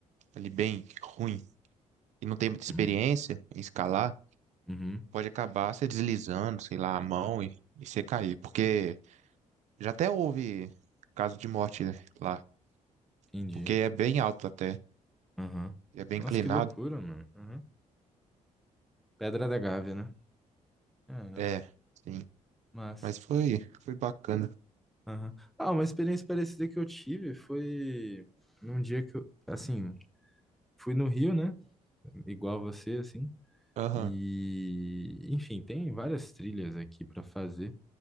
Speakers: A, on the right (about 65°); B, in the centre.
A: ali bem ruim e não tem muita experiência
B: hum,
A: em escalar,
B: Uhum.
A: pode acabar você deslizando, sei lá, a mão e, e você cair. Porque já até houve caso de morte lá,
B: Entendi.
A: porque é bem alto até,
B: Aham.
A: é bem
B: Nossa,
A: inclinado.
B: que loucura, mano. Aham. Pedra da Gávea, né? Caraca,
A: É, sim.
B: massa.
A: Mas foi, foi bacana.
B: Aham. Ah, uma experiência parecida que eu tive foi num dia que eu, assim, fui no Rio, né? Igual você, assim.
A: Aham,
B: E, enfim, tem várias trilhas aqui pra fazer.